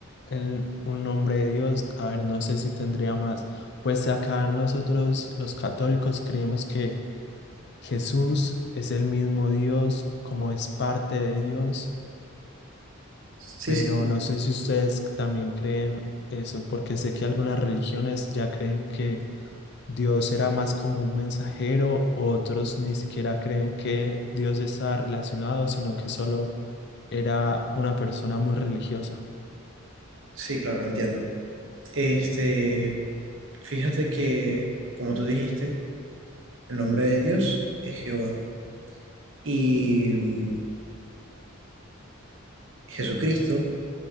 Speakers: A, on the left (about 55°); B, on the right (about 65°).
A: el, un nombre de Dios. A ver, no sé si tendría más. Pues acá nosotros los católicos creemos que Jesús es el mismo Dios, como es parte de Dios,
B: Sí,
A: pero
B: sí, sí.
A: no sé si ustedes también creen eso, porque sé que algunas religiones ya creen que Dios era más como un mensajero, otros ni siquiera creen que Dios está relacionado, sino que solo era una persona muy religiosa.
B: Sí, claro, entiendo. Este, fíjate que, como tú dijiste, el nombre de Dios es Jehová y mm, Jesucristo